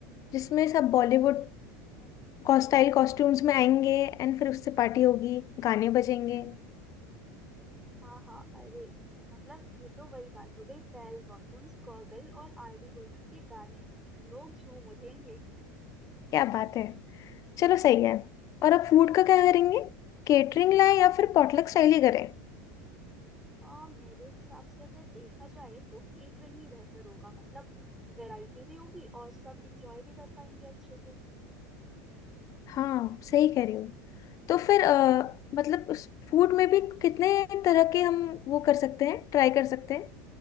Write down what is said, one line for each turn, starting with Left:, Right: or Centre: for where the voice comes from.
Left: जिसमें सब बॉलीवुड स्टाइल कॉस्ट्यूम्स में आएंगे एंड फिर उससे पार्टी होगी गाने बजेंगे
Centre: हाँ हाँ अरे मतलब ये तो वही बात हो गई बेल बॉटम्स गॉगल और आर डी बर्मन के गाने लोग झूम उठेंगे
Left: क्या बात है चलो सही है और अब फूड का क्या करेंगे केटरिंग लाए या फिर पॉटलक स्टाइल ही करें
Centre: आ, मेरे हिसाब से अगर देखा जाए तो केटरिंग ही बेहतर होगा मतलब वैरायटी भी होगी और सब इंजॉय भी कर पाएंगे अच्छे से
Left: हाँ सही कह रहे हो तो फिर अ, मतलब उस फूड में भी कितने तरह के हम वो कर सकते हैं ट्राई कर सकते हैं